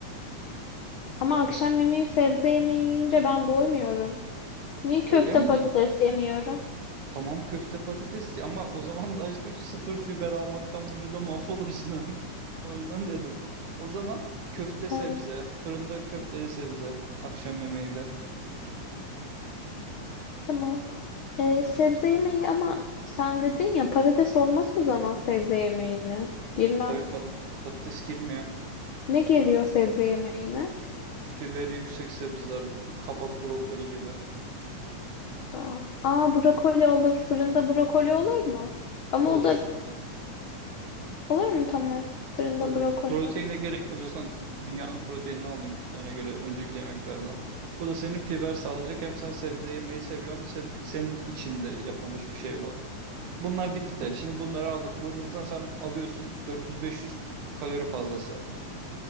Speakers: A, on the left (about 75°); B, on the right (about 75°).
A: Ama akşam yemeği sebze yemeği yiyince ben doymuyorum. Niye köfte
B: Öyle mi?
A: patates yemiyorum?
B: Tamam köfte patates ama o zaman da aşkım sıfır fiber almaktan vücuda mahvolursun ömrüm. <laughs> O yüzden dedim. O zaman köfte sebze.
A: Aa,
B: Fırında köfteli sebze. Akşam yemeği de.
A: tamam. Ee, sebze yemeği ama sen dedin ya patates olmaz o zaman sebze yemeğine. Girmez.
B: Tabii pat- patates girmiyor.
A: Ne geliyor sebze yemeğine?
B: Fiberi yüksek sebzeler. Kabak brokoli gibi.
A: Ya. Aa brokoli olur. Fırında brokoli olur mu? Ama
B: Olur.
A: o da olur mu tamam. Fırında
B: Olur.
A: brokoli.
B: Proteine gerek yok. Zaten dünyanın proteinini aldın kütlene göre önceki yemeklerden. Bu da senin fiber sağlayacak. Hem sen sebze yemeyi seviyorsun. seb- senin içinde yapılmış bir şey bu. Bunlar bitti. Şimdi bunları aldık. Buradan sen, sen alıyorsun 400-500 kalori fazlası.